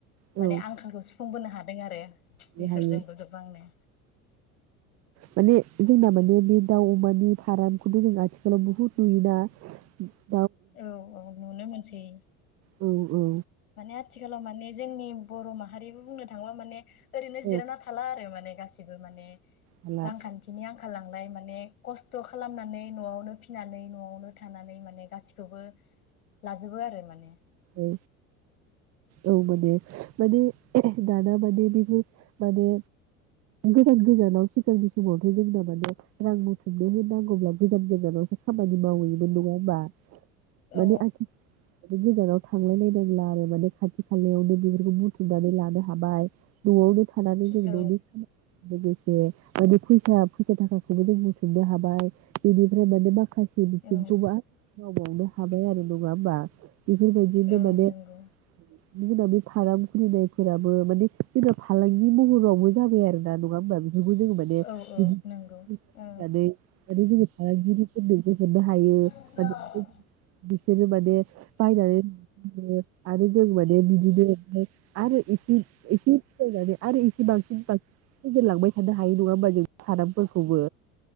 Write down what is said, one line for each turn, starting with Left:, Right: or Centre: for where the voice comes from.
Right: औ
Left: माने आंखालखौ सुफुंबोनो हा दों आरो
Right: बे
Left: बेफोरजोंबो
Right: हायो
Left: गोबांनो
Right: माने जोंना माने बे दाउ अमानि फारामखौथ' जों आथिखालाव बुहुत नुखोना
Left: औ - औ नुनो मोन जि
Right: औ - औ।
Left: माने आथिखालाव माने जोंनि बर' माहारियाबो बुंनो थांङोबा माने ओरैनो
Right: औ
Left: जिरायना थाला आरो माने बेफोर माने
Right: हाला
Left: रां खान्थिनि आंखाल नालाय माने खस्थ' खालामनानै न'आवनो फिनानै न'आवनो थानानै माने गासिखौबो लाजोबो आरो माने।
Right: औ औ माने - माने दाना माने बेफोर माने गोजान गोजानाव सिगांनि समावथ' जोंना माने रां बुथुमनो होनांगौब्ला गोजान गोजानावसो खामानि मावहैयोमोन नङा होमबा?
Left: औ
Right: माने आथि <unintelligible> सेराव थांलायलनायनांला आरो माने खाथि खायावनो बेफोरखौ बुथुमनानै लानो हाबाय न'आवनो थानानै जों
Left: औ
Right: न'नि लोगोसे जे माने फैसा - फैसा थाखाखौबो जों बुथुमनो हाबाय बेनिफ्राय माने माखासे बिथिंखौबो
Left: औ
Right: मावबावनो हाबाय आरो। नङा होमबा? बेफोरबायदिनो
Left: औ
Right: माने
Left: नंगौ
Right: जोंना बे फाराम खुलिनायफोराबो माने जोंना फालांगि महरावबो जाबाय आरो ना। नङा होमबा बि? बेखौ जोङो माने
Left: औ औ
Right: बिदि
Left: नंगौ
Right: माने
Left: औ
Right: जोङो फालांगिफोरनोबो मोननो हायो।
Left: <unintelligible>
Right: माने बिसोरो माने बायनानै आरो जों माने बिदिनो आरो एसे एसे फायनानै आरो एसे बांन बांसिनजेनलांबाय थानो हायो नङा होमबा जों सारामफोरखौबो